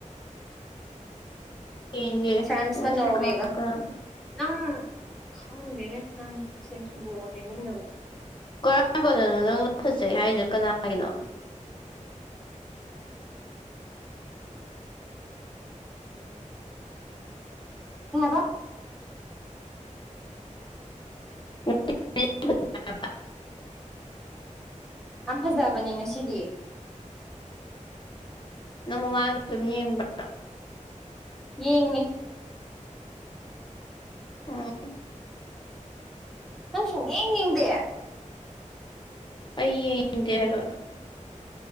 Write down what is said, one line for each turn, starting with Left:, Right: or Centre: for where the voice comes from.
Left: ꯌꯦꯡꯒꯦ
Centre: ꯐ꯭ꯔꯥꯟꯁꯀ
Left: ꯉꯁꯤ
Centre: ꯅꯣꯋꯦꯒ
Left: ꯀꯅꯥ ꯀꯅꯥꯗ
Centre: ꯑꯥ ꯈꯪꯗꯦꯅꯦ ꯅꯪꯁꯦ ꯕꯣꯜ ꯌꯦꯡꯕ ꯌꯦꯡꯗꯕ
Left: ꯀꯔꯝꯕꯗꯅꯣ ꯅꯪꯅ ꯐꯠꯖꯩ ꯍꯥꯏꯔꯤꯖꯦ ꯀꯅꯥꯒꯤꯅꯣ
Centre: ꯀꯩꯍꯥꯕ
Left: <unintelligible>
Centre: ꯌꯥꯝ ꯐꯖꯕꯅꯦ ꯉꯁꯤꯗꯤ
Left: ꯅꯪ ꯃꯥꯃꯥꯡꯖꯨ ꯑꯗꯨꯝ ꯌꯦꯡꯕ꯭ꯔꯥ
Centre: ꯌꯦꯡꯉꯤ
Left: ꯎꯝ
Centre: ꯅꯪ ꯁꯨꯡꯌꯦꯡ ꯌꯦꯡꯗꯦ
Left: ꯑꯩ ꯌꯦꯡꯗꯦ ꯍꯥꯏꯕ